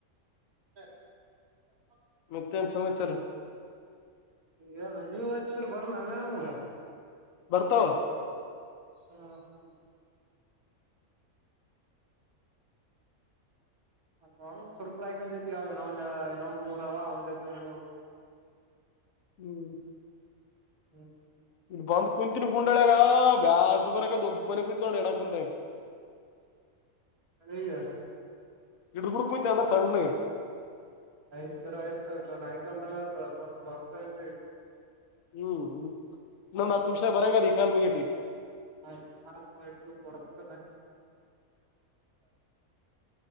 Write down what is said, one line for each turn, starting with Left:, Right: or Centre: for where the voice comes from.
Right: ಹ್ಮ
Left: ಮತ್ತನ್ ಸಮಾಚಾರ
Right: ಈಗಲ್ಲ ನೀವ್ ಹಚ್ಚಿದ್ರ ಬರ್ಲ್ಲ ಅಲ್ಲ ನಮ್ಗ
Left: ಬರ್ತೋ
Right: ಹಾ ಹ ನೋ ಸ್ವಲ್ಪ ರ್ಕೊಂಡ್ತಿ ಇನಂದ ಇನ ಒಂದ್ ಮೂರ್ ಅವೈ ಒಂದ್ರ್ ಮೂ
Left: ಹ್ಮ್
Right: ಹ್ಮ್
Left: ಇಲ್ಲಿ ಬಂದ್ ಕುಂತಿನಿ ಗುಂಡಾಳಗ ಬ್ಯಾಸ್ರ ಬರಗೊಬ್ಬನೇ ಕುತ್ ನೋಡಿ ಎಣ್ಣ ಕುಂತಾಗ
Right: ಈಗ
Left: ಹಿಡ ಹುಡ್ಕಂತ ಅಂದ್ರೆ ತಣ್ಣ
Right: ಆಯ್ತರ ಆಯ್ತ ಆಯ ನಾಯ್ಕಲ್ದ ಬಸ್ ಒಂತ ಆಯ್ತ
Left: ಹ್ಮ್ ಹ್ಮ್ ನನ್್ ಹತ್ ನಿಮಿಷ ಬರಂಗದಿ ಕಾ ಮುಗೇಟಿ
Right: ಹ ಆ ಪರತ